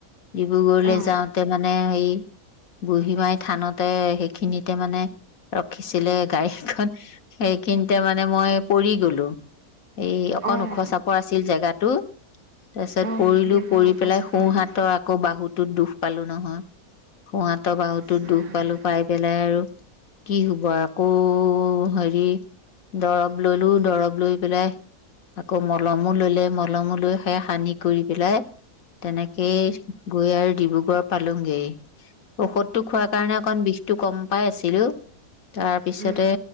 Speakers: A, on the left; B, on the right.
A: ডিব্ৰুগড়লে
B: অঁ
A: যাওঁতে মানে হেৰি বুঢ়ীমাই থানতে সেইখিনিতে মানে ৰখিছিলে গাড়ীখন সেই সেইখিনতে মানে মই পৰি গ'লো। এই অকন
B: অঁ
A: ওখ চাপৰ আছে। জেগাটো। তাৰ পিছত
B: অঁ
A: পৰিলো
B: সেইখিনি আপোনাৰ
A: পৰি
B: ওখ
A: পেলাই
B: চাপৰ
A: সোঁহাতৰ
B: হয়
A: আকৌ বাহুত টো দুখ পালো নহয়। সোঁ হাতৰ বাহুতোত
B: ইছ
A: দুখ
B: ৰাম
A: পালো পাই পেলাই আৰু কি হব আকৌ হেৰি দৰৱ ললো দৰব লৈ পেলাই আকৌ মলম মো ললে মলমো লৈ সেয়া সানি কৰি পেলাই তেনেকেই গৈ আৰু ডিব্ৰুগড় পালুংগে। ঔষধটো খোৱাৰ কাৰণে অকন বিষটো কম পাই আছিলো। তাৰ পিছতে
B: হয়